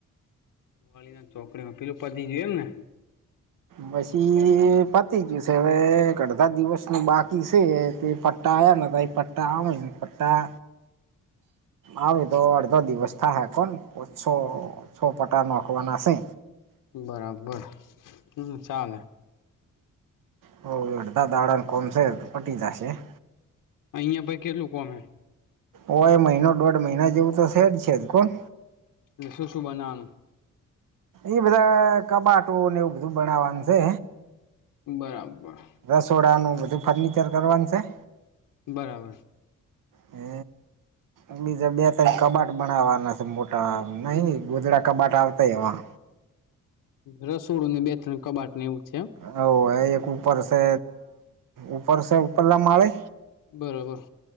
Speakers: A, on the left; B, on the right.
A: વાલી દાળ ચોકડીમાં પેલું પતિ ગયુ એમ ને.
B: પછી પતી ગયું છે હવે અડધા દિવસનું બાકી છે તે ટાય અને ભાઈ પટ્ટા આમ પા આવ તો અડધો દિવસ થાય હે કોણ ઓછો છો પટા નોખવાના શે.
A: બરાબર હમ્મ ચાલે.
B: હ અડધા દાડાને કોમશે તો પટી જશે.
A: અહિયાં ભાઈ કેટલું કોમ હૈ.
B: ઓ એ મહિનો દોઢ મહિના જેવું તો છે જ છે જ કોણ.
A: અને શ સુ શ બનાનું?
B: એ બધા કબાટોને એવું બધું બનાવવાનું છે.
A: બરાબર.
B: રસોડાનું બધું ફર્નિચર કરવાનું છે.
A: બરાબર.
B: હે એ. બીજા બે તકબાટ બનાવાના છે મોટા નહી ગોધડા કબાટ આવતાય એવા.
A: રસોડું ને બે ત્રણ કબાટ ને એવું છે.
B: હ એ એક ઉપર છે ઉપર છે પલમ માળે.
A: બરબર.